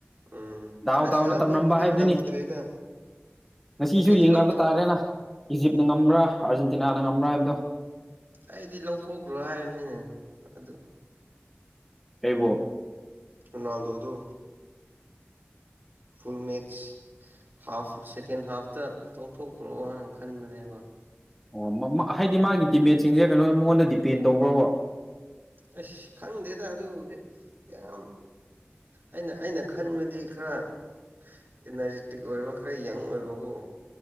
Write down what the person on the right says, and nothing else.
ꯎꯝ
ꯑꯁ
ꯁꯦꯟꯅꯕꯕꯨꯗꯤ
ꯉꯝꯗ꯭ꯔꯦꯗ
ꯑꯩꯗꯤ
ꯂꯧꯊꯣꯛ
ꯑꯩꯗꯤ ꯂꯧꯊꯣꯛꯈ꯭ꯔꯣ ꯍꯥꯏꯔꯅꯤꯅꯦ ꯑꯗꯨ
ꯔꯣꯅꯥꯜꯗꯣꯗꯣ ꯐꯨꯜ ꯃꯦꯠꯁ ꯍꯥꯐ ꯁꯦꯀꯦꯟ ꯍꯥꯐꯇ ꯂꯧꯊꯣꯛꯈ꯭ꯔꯣ ꯍꯥꯏꯅ ꯈꯟꯕꯅꯦꯕ
ꯑꯁ ꯈꯪꯗꯦꯗ ꯑꯗꯨꯕꯨꯗꯤ ꯌꯥꯝ ꯑꯩꯅ ꯑꯩꯅ ꯈꯟꯕꯗꯤ ꯈꯔ ꯏꯅꯔꯖꯦꯇꯤꯛ ꯑꯣꯏꯕ ꯈꯔ ꯌꯪ ꯑꯣꯏꯕꯀꯣ